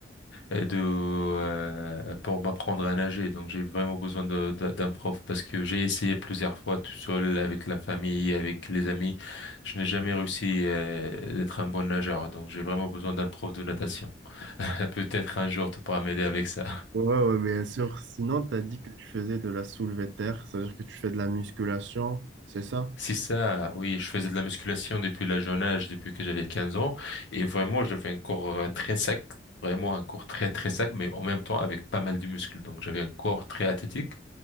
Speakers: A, on the left (about 75°); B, on the right (about 65°).
A: euh, de euh, pour m'apprendre à nager. Donc j'ai vraiment besoin de, de- d'un prof parce que j'ai essayé plusieurs fois tout seul avec la famille, avec les amis. Je n'ai jamais réussi euh, d'être un bon nageur. Donc j'ai vraiment besoin d'un prof de natation. <laughs> Peut-être un jour tu pourras m'aider avec ça.
B: Ouais, ouais, bien sûr. Sinon, tu as dit que tu faisais de la soulevée de terre, c'est-à-dire que tu fais de la musculation, c'est ça?
A: C'est ça, oui, je faisais de la musculation depuis la jeune âge, depuis que j'avais 15 ans, et vraiment, j'avais un corps euh, très sec, vraiment un corps très très sec, mais en même temps avec pas mal de muscles, donc j'avais un corps très athlétique,